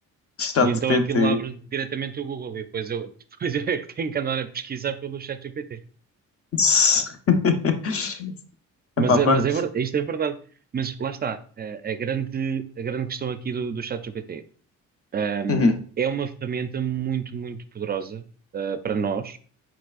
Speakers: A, on the left (about 50°); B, on the right (about 30°).
A: ChatGPT.
B: E então aquilo abre diretamente o Google e depois eu, <laughs> depois eu é que tenho que andar a pesquisar pelo ChatGPT.
A: <laughs>
B: Mas,
A: Epá,
B: é-
A: pronto.
B: mas é, ver- isto é verdade. Mas lá está, a, a grande, a grande questão aqui do, do ChatGPT. Ahm,
A: Uhum,
B: é uma ferramenta muito, muito poderosa, ah, para nós,